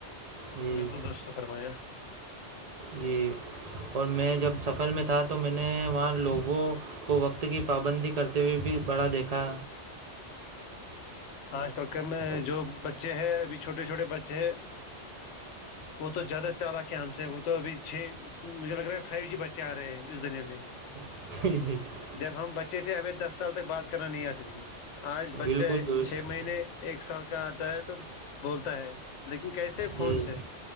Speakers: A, on the right (about 55°); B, on the left (about 80°).
A: جی
B: بالکل دوست فرمایا
A: جی اور میں جب سفر میں تھا تو میں نے وہاں لوگوں کو وقت کی پابندی کرتے ہوئے بھی بڑا دیکھا
B: آج کل کے میں
A: او،
B: جو بچے ہیں ابھی چھوٹے چھوٹے بچے ہیں وہ تو زیادہ چال کے ہم سے وہ تو ابھی چھ مجھے لگ رہا ہے فائیو جی بچے آ رہے ہیں اس دنیا میں
A: <unintelligible>
B: جب ہم بچے تھے ہمیں دس سال تک بات کرنا نہیں آتے تھی آج بچے
A: بالکل درست
B: چھ
A: فرما-
B: مہینے ایک سال کا آتا ہے تو بولتا ہے لیکن کیسے ہے
A: جی
B: فون سے